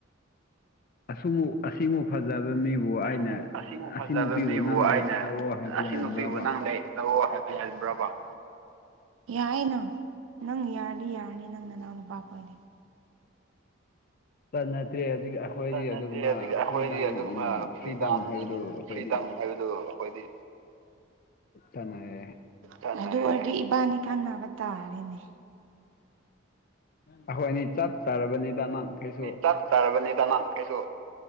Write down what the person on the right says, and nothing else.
ꯑꯁꯨꯃꯨ ꯑꯁꯤꯃꯨ
ꯐꯖꯕ
ꯃꯤꯕꯨ
ꯑꯩꯅ
ꯑꯁꯤ
ꯅꯨꯄꯤꯕꯨ ꯅꯪ ꯂꯩ ꯂꯧꯑꯣ ꯍꯥꯏꯕ ꯌꯥꯏꯕ꯭ꯔꯕ ꯌꯥꯏꯅ ꯅꯪ ꯌꯥꯔꯗꯤ ꯌꯥꯔꯅꯤ ꯅꯪ ꯅꯅꯥꯎ ꯅꯨꯨꯄꯥ ꯑꯣꯏꯗꯤ
<unintelligible> ꯅꯠꯇꯔꯦ
ꯍꯧꯖꯤꯛ ꯑꯩꯈꯣꯏꯗꯤ
ꯑꯗꯨꯒꯨꯝꯕ
ꯐ꯭ꯔꯤꯗꯥꯝꯅꯦ
ꯐ꯭ꯔꯤꯗꯝ ꯍꯥꯏꯕꯗꯨ ꯍꯣꯏꯗꯤ
<unintelligible> ꯑꯗꯨ ꯑꯣꯏꯔꯗꯤ ꯏꯕꯥꯅꯤ ꯈꯪꯅꯕ ꯇꯥꯔꯦꯅꯦ
ꯆꯞ ꯆꯥꯔꯕꯅꯤꯗ ꯅꯪ ꯀꯩꯁꯨ